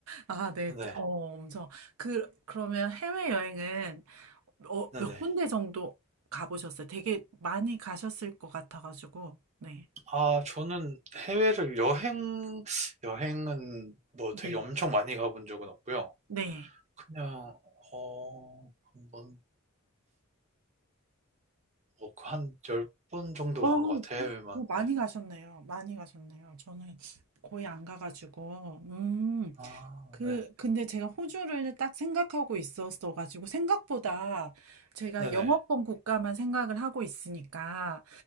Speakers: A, on the right (about 75°); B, on the right (about 30°).
A: 아, 네.
B: 네,
A: 어, 엄청. 그, 그러면 해외여행은, 어,
B: 네,
A: 몇
B: 네.
A: 군데 정도 가보셨어요? 되게 많이 가셨을 것 같아가지고, 네.
B: 아, 저는 해외를 여행, 여행은 뭐
A: 네.
B: 되게 엄청 많이 가본 적은 없고요.
A: 네.
B: 그냥, 어, 한 번, 뭐, 그 한열 번 정도
A: 어,
B: 간
A: 어,
B: 것 같아요, 해외만.
A: 많이
B: 네.
A: 가셨네요. 많이 가셨네요. 저는 거의 안 가가지고, 음,
B: 아,
A: 그,
B: 네,
A: 근데 제가 호주를 딱 생각하고 있었어가지고, 생각보다 제가
B: 네네,
A: 영어권 국가만 생각을 하고 있으니까,